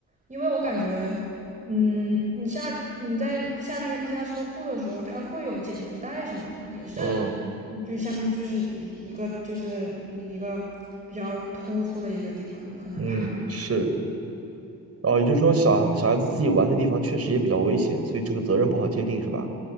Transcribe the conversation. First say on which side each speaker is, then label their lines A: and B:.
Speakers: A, on the right; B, on the right.
A: 因为我感觉，嗯，你下你在下那个地下车库的时候，它会有减速带什么的，也是
B: 嗯
A: 就像就是一一个就是一个一个比较突出的一个地方，你很难判。
B: 嗯，是。哦，也就是说小，小孩子自己玩的地方确实也比较危险，所以这个责任不好界定，是吧？